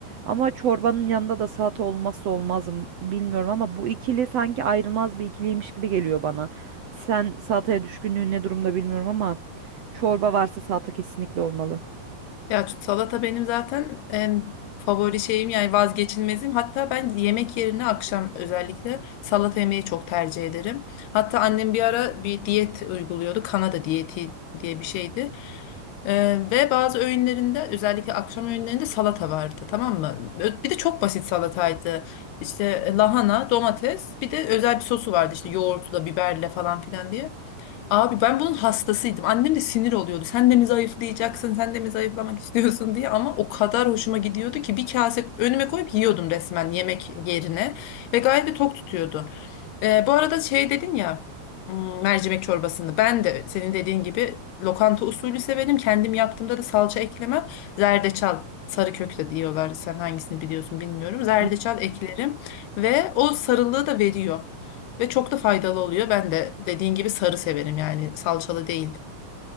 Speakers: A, on the right (about 55°); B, on the left (about 80°).
A: Ama çorbanın yanında da salata olmazsa olmazım bilmiyorum ama bu ikili sanki ayrılmaz bir ikiliymiş gibi geliyor bana. Sen salataya düşkünlüğün ne durumda bilmiyorum ama çorba varsa salata kesinlikle olmalı.
B: Ya salata benim zaten en favori şeyim yani vazgeçilmezim. Hatta ben yemek yerine akşam özellikle salata yemeyi çok tercih ederim. Hatta annem bir ara bir diyet uyguluyordu. Kanada diyeti diye bir şeydi. Ee, ve bazı öğünlerinde özellikle akşam öğünlerinde salata vardı tamam mı? Ö- Bir de çok basit salataydı. İşte lahana, domates bir de özel bir sosu vardı işte yoğurtla, biberle falan filan diye. Abi ben bunun hastasıydım. Annem de sinir oluyordu. Sen de mi zayıflayacaksın? Sen de mi zayıflamak istiyorsun diye. Ama o kadar hoşuma gidiyordu ki bir kase önüme koyup yiyordum resmen yemek yerine. Ve gayet de tok tutuyordu. Ee, bu arada şey dedin ya hmm, mercimek çorbasını. Ben de senin dediğin gibi lokanta usulü severim. Kendim yaptığımda da salça eklemem. Zerdeçal. Sarı kök de diyorlar. Sen hangisini biliyorsun bilmiyorum. Zerdeçal
A: Hı.
B: eklerim ve o sarılığı da veriyor. Ve çok da faydalı oluyor. Ben de dediğin gibi sarı severim yani salçalı değil.